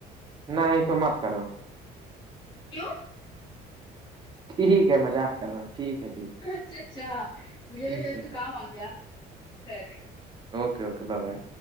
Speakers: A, on the right (about 25°); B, on the left (about 25°).
A: نہیں تو مت کرو
B: کیوں
A: ٹھیک ہے مذاق کر رہا ہوں ٹھیک ہے ٹھیک
B: اچھا اچھا مجھے
A: ٹھیک
B: تو شاید
A: ہے
B: تو
A: ٹھیک
B: کام آ گیا کر رہی ہ
A: اوک اوک بائے بائے